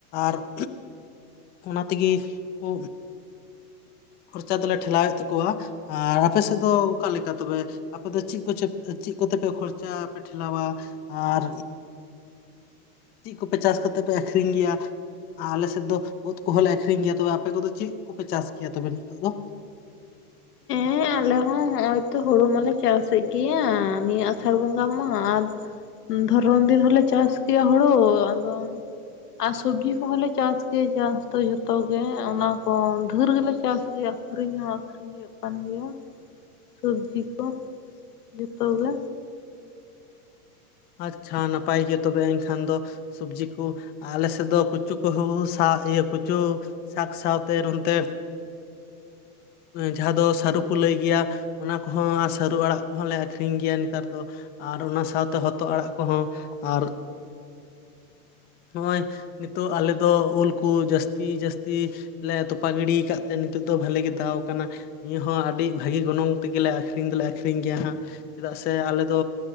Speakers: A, on the left (about 20°); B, on the left (about 90°).
A: ᱟᱨ <inaudible> ᱚᱱᱟ ᱛᱤᱜᱤ ᱠᱩ ᱠᱷᱚᱨᱪᱟ ᱫᱚᱞᱮ ᱴᱷᱮᱞᱟᱣᱮᱫ ᱛᱟᱠᱚᱣᱟ ᱟᱨ ᱟᱯᱮ ᱥᱮᱫ ᱫᱚ ᱚᱠᱟ ᱞᱮᱠᱟ ᱛᱚᱵᱮ? ᱟᱯᱮ ᱫᱚ ᱪᱤᱫ ᱠᱚᱪᱚ ᱪᱤᱫ ᱠᱚᱛᱮᱯᱮ ᱠᱷᱚᱨᱪᱟ ᱯᱮ ᱴᱷᱮᱞᱟᱣᱟ ᱟᱨ ᱪᱤᱫ ᱠᱩᱯᱮ ᱪᱟᱥ ᱠᱟᱛᱮᱫ ᱯᱮ ᱟᱠᱷᱨᱤᱧ ᱜᱮᱭᱟ? ᱟᱞᱮ ᱥᱮᱫ ᱫᱚ ᱩᱫ ᱠᱚᱦᱚᱸ ᱞᱮ ᱟᱠᱷᱨᱤᱧ ᱜᱮᱭᱟ ᱛᱚᱵᱮ ᱟᱯᱮ ᱠᱚᱫᱚ ᱪᱤᱫ ᱠᱚᱯᱮ ᱪᱟᱥ ᱜᱮᱭᱟ ᱛᱚᱵᱮ ᱱᱤᱛᱚᱜ ᱫᱚ?
B: ᱦᱮᱸ ᱟᱞᱮ ᱦᱚᱸ ᱦᱚᱸᱜᱼᱚᱭ ᱛᱚ ᱦᱩᱲᱩ ᱢᱟᱞᱮ ᱪᱟᱥᱮᱫ ᱜᱮᱭᱟ ᱱᱤᱭᱟᱹ ᱟᱥᱟᱲ ᱵᱚᱸᱜᱟ ᱢᱟ ᱟᱨ ᱫᱷᱚᱨᱚᱱ ᱫᱤᱱ ᱦᱚᱞᱮ ᱪᱟᱥ ᱜᱮᱭᱟ ᱦᱩᱲᱩ ᱟᱫᱚ ᱟᱨ ᱥᱚᱵᱽᱡᱤ ᱠᱚᱦᱚᱸᱞᱮ ᱪᱟᱥ ᱜᱮᱭᱟ ᱪᱟᱥ ᱫᱚ ᱡᱷᱚᱛᱚ ᱜᱮ ᱚᱱᱟ ᱠᱚ ᱫᱷᱟᱹᱨ ᱜᱮᱞᱮ ᱪᱟᱥ ᱜᱮᱭᱟ᱾ ᱟᱠᱷᱨᱤᱧ ᱦᱚᱸ ᱟᱠᱷᱨᱤᱧ ᱦᱩᱭᱩᱜ ᱠᱟᱱ ᱜᱮᱭᱟ ᱥᱚᱵᱽᱡᱤ ᱠᱚ ᱡᱚᱛᱚ ᱜᱮ᱾
A: ᱟᱪᱪᱷᱟ ᱱᱟᱯᱟᱭ ᱜᱮ ᱛᱚᱵᱮ ᱮᱱᱠᱷᱟᱱ ᱫᱚ᱾ ᱥᱚᱵᱽᱡᱤ ᱠᱩ ᱟᱞᱮ ᱥᱮᱫ ᱫᱚ ᱠᱩᱪᱩ ᱠᱚᱦᱚᱸ ᱥᱟ ᱤᱭᱟᱹ ᱠᱩᱪᱩ ᱥᱟᱠ ᱥᱟᱶᱛᱮᱨ ᱚᱱᱛᱮ ᱡᱟᱸᱦᱟᱸ ᱫᱚ ᱥᱟᱹᱨᱩ ᱠᱚ ᱞᱟᱹᱭ ᱜᱮᱭᱟ ᱚᱱᱟ ᱠᱚ ᱦᱚᱸ ᱟᱨ ᱥᱟᱹᱨᱩ ᱟᱲᱟᱜ ᱠᱚᱦᱚᱸ ᱞᱮ ᱟᱠᱷᱨᱤᱧ ᱜᱮᱭᱟ ᱱᱮᱛᱟᱨ ᱫᱚ᱾ ᱟᱨ ᱚᱱᱟ ᱥᱟᱶᱛᱮ ᱦᱚᱛᱚᱫ ᱟᱲᱟᱜ ᱠᱚᱦᱚᱸ ᱟᱨ, ᱱᱚᱜᱼᱚᱭ ᱱᱤᱛᱚᱜ ᱟᱞᱮ ᱫᱚ ᱳᱞ ᱠᱚ ᱡᱟᱹᱥᱛᱤ ᱡᱟᱹᱥᱛᱤ ᱞᱮ ᱛᱚᱯᱟ ᱜᱤᱰᱤᱭ ᱠᱟᱫ ᱛᱮ ᱱᱤᱛᱚᱜ ᱫᱚ ᱵᱷᱟᱞᱮ ᱜᱮ ᱫᱟᱣ ᱠᱟᱱᱟ᱾ ᱱᱤᱭᱟᱹ ᱦᱚᱸ ᱟᱹᱰᱤ ᱵᱷᱟᱹᱜᱤ ᱜᱚᱱᱚᱝ ᱛᱮᱜᱮᱞᱮ ᱟᱠᱷᱨᱤᱧ ᱫᱚᱞᱮ ᱟᱠᱷᱨᱤᱧ ᱜᱮᱭᱟ ᱦᱟᱸᱜ᱾ ᱪᱮᱫᱟᱜ ᱥᱮ ᱟᱞᱮ ᱫᱚ